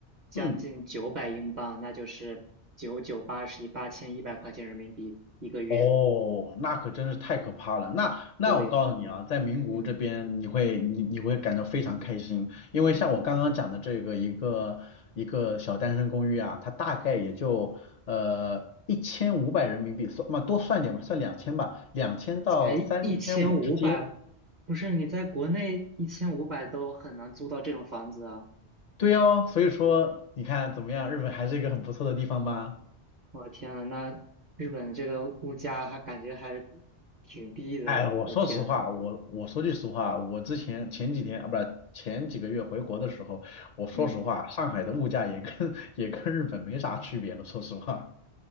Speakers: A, on the right; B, on the left.
A: 将近九百英镑，
B: 嗯。
A: 那就是九九八十一八千一百块钱人民币一个月。
B: 哦，那可真是太可怕了。那那我告诉你啊，
A: 对，
B: 在名古屋这边，
A: 嗯，
B: 你会你你会感到非常开心，因为像我刚刚讲的这个一个一个小单身公寓啊，它大概也就呃一千五百人民币，算嘛多算点吧，算两千吧，两千到三千五之间。
A: 才一千五百，不是你在国内一千五百都很难租到这种房子啊！
B: 对哦，所以说你看怎么样，日本还是一个很不错的地方吧。
A: 我的天啊，那日本这个物价还感觉还挺低的，
B: 哎，我说实话，
A: 我的天，
B: 我我说句实话，我之前前几天啊，
A: 嗯
B: 不是前几个月回国的时候，我说实话，
A: 嗯。
B: 上海的物价也跟 <laughs> 也跟日本没啥区别了。说实话，